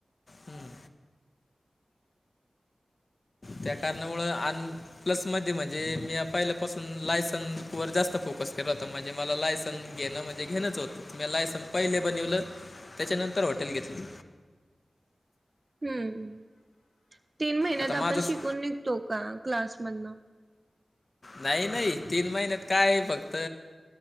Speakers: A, on the left; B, on the right.
A: हम्म. त्या कारणामुळं आण प्लसमध्ये म्हणजे मी पहिल्यापासून लायसन वर जास्त फोकस केला होता म्हणजे मला लायसन घेणं म्हणजे घेणंच होतं म लायसन पहिले बनवलं त्याच्यानंतर हॉटेल घेतली.
B: हम्म तीन महिन्यात
A: आता माझंच
B: आपण शिकून निघतो का क्लासमधन.
A: नाही नाही तीन महिन्यात काय आहे फक्त